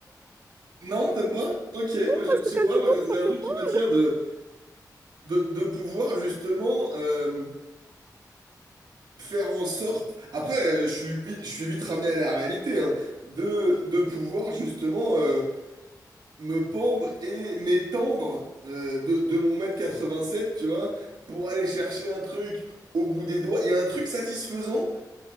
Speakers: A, on the right; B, on the right.
A: non, t'aimes pas? Ok, moi je,
B: parce
A: je sais
B: que quand
A: pas,
B: tu tombes,
A: il
B: ça
A: y a
B: fait
A: un truc
B: mal.
A: qui m'attire de, de, de pouvoir justement euh, faire en sorte. Après, euh, je suis vite, je suis vite ramené à la réalité, hein, de, de pouvoir justement euh, me pendre et m'étendre euh, de, de mon mètre 87, tu vois, pour aller chercher un truc au bout des doigts. Il y a un truc satisfaisant